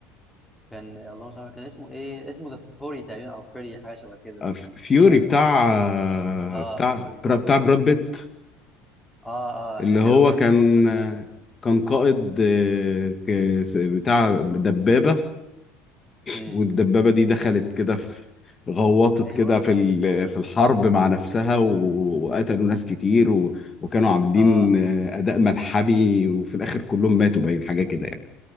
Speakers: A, in the centre; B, on the left.
A: كان اللهم صل على النبي، كان اسمه ايه اسمه ذا فوري تقريبا او فيري حاجه شبه كده
B: آه، فيوري
A: مش عارف
B: بتاع
A: اه
B: بتاع
A: فيوري
B: بتاع براد بيت
A: اه اه
B: اللي
A: حلو
B: هو
A: الفيلم
B: كان
A: ده برضه أنا سمعته
B: كان قائد آه، ك- بتاع دبابة
A: امم
B: والدبابة دي دخلت كده في غوطت
A: ايوه
B: كده في ال- في الحرب مع نفسها و- وقتلوا ناس كتير و- وكانوا عاملين
A: اه
B: آه، أداء ملحمي وفي الآخر كلهم ماتوا باين حاجة كده يعني